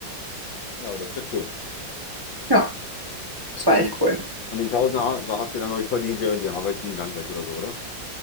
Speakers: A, on the left; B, on the right.
A: Ja, aber das ist ja cool.
B: Ja, das
A: Und,
B: war echt cool.
A: und den Tausender habt ihr dann euch verdient, während ihr arbeiten gegangen seid oder so, oder?